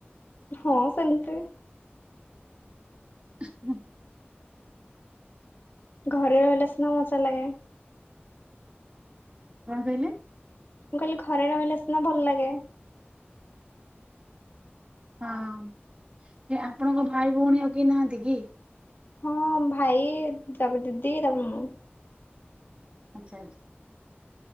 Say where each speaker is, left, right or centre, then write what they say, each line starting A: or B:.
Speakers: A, on the left; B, on the right.
A: ହଁ ସେମିତି।
B: ହୁଁ।
A: ଘରେ ରହିଲେ ସିନା ମଜା ଲାଗେ।
B: କଣ କହିଲେ?
A: ମୁଁ କହିଲି ଘରେ ରହିଲେ ସିନା ଭଲ ଲାଗେ।
B: ହଁ ଏ ଆପଣଙ୍କ ଭାଇ ଭଉଣୀ ଆଉ କେହି ନାହାଁନ୍ତି କି?
A: ହଁ ଭାଇ ତାପରେ ଦିଦି ତାପରେ ମୁଁ।
B: ଆଚ୍ଛା ଆଚ୍ଛା।